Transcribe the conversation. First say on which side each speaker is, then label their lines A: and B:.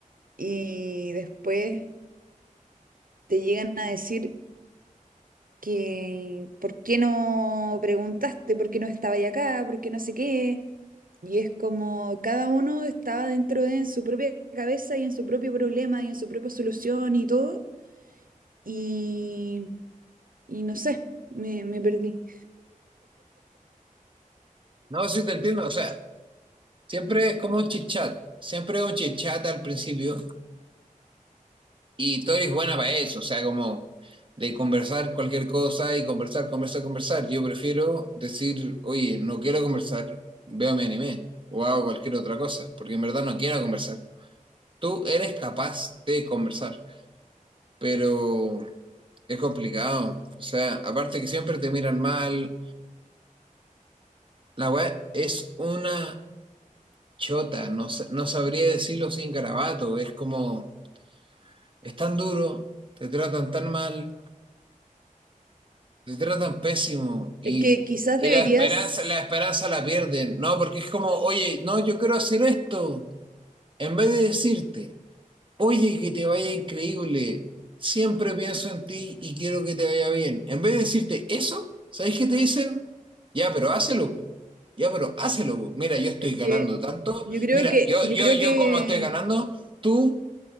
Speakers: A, on the right; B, on the right.
A: y después te llegan a decir que ¿por qué no preguntaste? ¿Por qué no estaba ya acá? ¿Por qué no sé qué? Y es como cada uno estaba dentro de en su propia cabeza y en su propio problema y en su propia solución y todo, y, y no sé, me, me perdí.
B: No, sí te entiendo, o sea. Siempre es como un chit-chat, siempre es un chit-chat al principio y tú eres buena para eso, o sea, como de conversar cualquier cosa y conversar, conversar, conversar. Yo prefiero decir, oye, no quiero conversar, veo mi anime o hago cualquier otra cosa, porque en verdad no quiero conversar. Tú eres capaz de conversar, pero es complicado. O sea, aparte que siempre te miran mal, la web es una chota, no, sa- no sabría decirlo sin garabato, es como... Es tan duro, te tratan tan mal, te tratan pésimo y,
A: Es que quizás
B: y
A: deberías
B: la esperanza, la esperanza la pierden, ¿no? Porque es como, oye, no, yo quiero hacer esto. En vez de decirte, oye, que te vaya increíble, siempre pienso en ti y quiero que te vaya bien. En vez de decirte eso, ¿sabes qué te dicen? Ya, pero hácelo. po. Ya, pero hácelo. po. Mira, yo estoy
A: Es
B: ganando
A: que
B: tanto.
A: yo creo
B: Mira,
A: que,
B: yo,
A: yo
B: yo,
A: creo
B: yo
A: que,
B: como estoy ganando, tú,